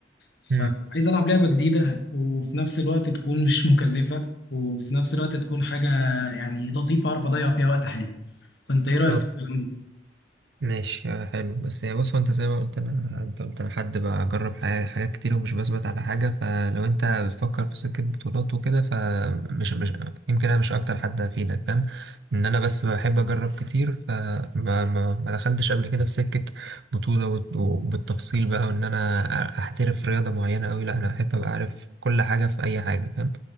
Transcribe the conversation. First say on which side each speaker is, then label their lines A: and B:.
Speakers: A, on the left; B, on the right.
A: فعايز
B: مم.
A: العب لعبه جديده وفي نفس الوقت تكون مش مكلفه وفي نفس الوقت تكون حاجه يعني لطيفه اعرف اضيع فيها وقت حلو فانت ايه رايك
B: طب
A: في الكلام ده
B: ماشي آه، حلو بس يعني بص هو انت زي ما قلت انا انت قلت انا حد بجرب ح- حاجات كتير ومش بثبت على حاجه فلو انت بتفكر في سكه بطولات وكده فمش مش يمكن انا مش اكتر حد افيدك فاهم ان انا بس بحب اجرب كتير فما ما ما دخلتش قبل كده في سكه بطوله وت- وبالتفصيل بقى وان انا احترف رياضه معينه قوي لا انا احب ابقى عارف كل حاجه في اي حاجه فاهم